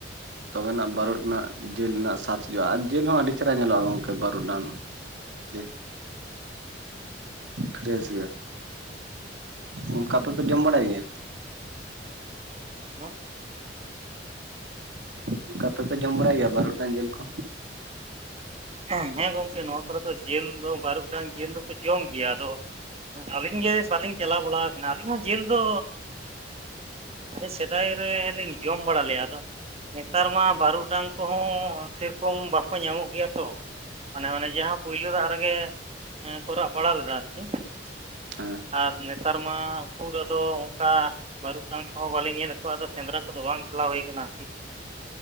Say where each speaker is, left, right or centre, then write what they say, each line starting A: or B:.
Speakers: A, on the right; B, on the right.
A: ᱛᱚᱵᱮᱱᱟᱜ ᱵᱟᱹᱨᱩ ᱱᱟᱜ ᱡᱤᱞ ᱨᱮᱱᱟᱜ ᱥᱟᱫ ᱦᱩᱭᱩᱜᱼᱟ ᱟᱨ ᱡᱤᱞ ᱦᱚᱸ ᱟᱹᱰᱤ ᱪᱮᱦᱨᱟ ᱧᱮᱞᱚᱜᱼᱟ ᱜᱚᱝᱠᱮ ᱾ ᱵᱟᱨᱩᱰᱟᱝ ᱡᱮ ᱯᱷᱨᱮᱥ ᱜᱮᱭᱟ ᱚᱱᱠᱟ ᱛᱚᱯᱮ ᱡᱚᱢ ᱵᱟᱲᱟᱭ ᱜᱮᱭᱟ?
B: ᱦᱮᱞᱳ
A: ᱚᱱᱠᱟ ᱛᱮ ᱯᱮ ᱡᱚᱢ ᱵᱟᱲᱟᱭ ᱜᱮᱭᱟ ᱵᱟᱨᱩᱰᱟᱝ ᱡᱤᱞ ᱠᱚ?
B: ᱦᱮᱸ ᱜᱚᱝᱠᱮ, ᱱᱚᱣᱟ ᱠᱚᱨᱮ ᱫᱚ ᱡᱤᱞ ᱫᱚ ᱵᱟᱨᱩᱰᱟᱝ ᱡᱤᱞ ᱫᱚᱠᱚ ᱡᱚᱢ ᱜᱮᱭᱟ ᱾ ᱟᱫᱚ ᱟᱹᱞᱤᱧ ᱜᱮ ᱵᱟᱹᱞᱤᱧ ᱪᱟᱞᱟᱣ ᱵᱟᱲᱟ ᱟᱠᱟᱱᱟ, ᱟᱹᱞᱤᱧ ᱦᱚᱸ ᱡᱮᱞ ᱫᱚ ᱢᱟᱱᱮ ᱥᱮᱫᱟᱭ ᱨᱮ ᱞᱤᱧ ᱡᱚᱢ ᱵᱟᱲᱟ ᱞᱮᱫᱟ ᱟᱫᱚ, ᱱᱮᱛᱟᱨ ᱢᱟ ᱵᱟᱹᱨᱩᱰᱟᱝ ᱠᱚᱦᱚᱸ ᱥᱮᱨᱚᱠᱚᱢ ᱵᱟᱠᱚ ᱧᱟᱢᱚᱜ ᱜᱮᱭᱟ ᱾ ᱛᱚ ᱢᱟᱱᱮ ᱚᱱᱮ ᱡᱟᱦᱟᱸ ᱯᱳᱭᱞᱳ ᱫᱟᱜ ᱨᱮᱜᱮ ᱠᱚ ᱨᱟᱜ ᱵᱟᱲᱟ ᱞᱮᱫᱟ ᱟᱨᱠᱤ ᱾
A: ᱦᱮᱸ
B: ᱟᱨ ᱱᱮᱛᱟᱨ ᱢᱟ ᱩᱠᱩᱨ ᱟᱫᱚ ᱚᱱᱠᱟ ᱾ ᱵᱟᱹᱨᱩᱰᱟᱝ ᱠᱚᱦᱚᱸ ᱵᱟᱹᱞᱤᱧ ᱧᱮᱞ ᱮᱫ ᱠᱚᱣᱟ ᱟᱫᱚ ᱥᱮᱸᱫᱽᱨᱟ ᱠᱚᱫᱚ ᱵᱟᱝ ᱪᱟᱞᱟᱣ ᱦᱩᱭ ᱟᱠᱟᱱᱟ ᱟᱨᱠᱤ ᱾